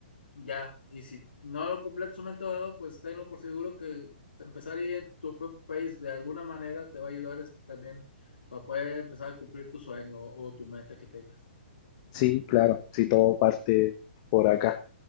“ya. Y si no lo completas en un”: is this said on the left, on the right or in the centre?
Left